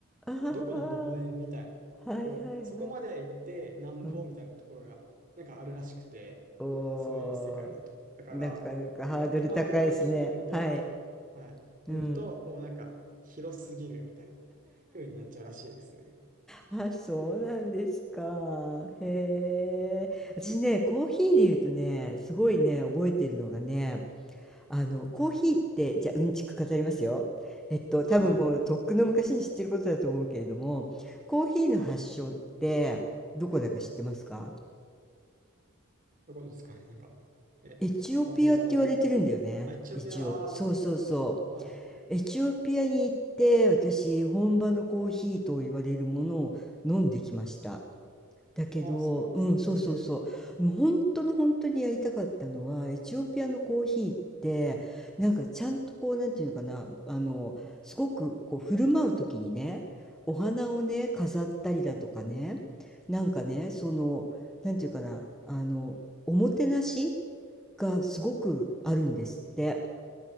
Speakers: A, in the centre; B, on the right.
A: ああ、
B: どこの農園みたいな、
A: はいはいはい。
B: こう、そこまで行ってなんぼみたいなところが、
A: うん、
B: なんかあるらしくて、
A: おー、
B: そういう世界だと。だから、
A: なかなかハードル高いですね。
B: グアテマラのコーヒーがどうとか、
A: はい。
B: はい、
A: うん。
B: 言うと、もうなんか、広すぎるみたいな風になっちゃうらしいですね。
A: あ、そうなんですか。へえ。私ね、コーヒーで言うとね、すごいね、覚えてるのがね、あの、コーヒーって、じゃあ、うんちく語りますよ。えっと、多分もう、
B: はい。
A: とっくの昔に知ってることだと思うけれども、コーヒーの発祥って、どこだか知ってますか
B: どこですかね、なんか、え、
A: エチオピアって言われてるんだよね。
B: アフリカの、あ、エチオピア、
A: 一応。
B: ああー、
A: そうそうそう。
B: なんか、はい。
A: エチオピアに行って、私、本場のコーヒーと言われるものを飲んできました。だけど、
B: あ、そうなんですね。
A: うん、そうそうそう。
B: へえ、
A: もう本当の本当にやりたかったのは、エチオピアのコーヒーって、なんかちゃんとこう、なんていうのかな、あの、すごくこう、振る舞う時にね、お花をね、飾ったりだとかね、なんかね、その、なんていうかな、あの、おもてなしがすごくあるんですって。